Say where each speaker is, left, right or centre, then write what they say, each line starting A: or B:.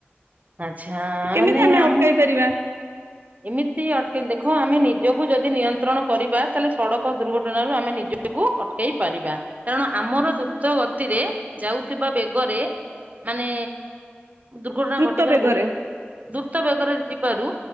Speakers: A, on the right; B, on the right.
A: ଆଚ୍ଛା
B: କେମିତି
A: ମାନେ
B: ଆମେ
A: ଆମ
B: ଅଟକାଇ ପାରିବା
A: ଏମିତି ଅଟକ ଦେଖ ଆମେ ନିଜକୁ ଯଦି ନିୟନ୍ତ୍ରଣ କରିବା ତାହେଲେ ସଡ଼କ ଦୁର୍ଘ ତେଣୁ ଆମେ ନିଜକୁ ଅଟକେଇ ପାରିବା କାରଣ ଆମର ଦ୍ରୁତ ଗତିରେ ଯାଉଥିବା ବେଗରେ ମାନେ ଦୁର୍ଘଟଣା
B: ଦ୍ରୁତ
A: ଘଟିବାରେ
B: ବେଗରେ
A: ବହୁତ ଦୁର୍ତ ବେଗରେ ଯିବାରୁ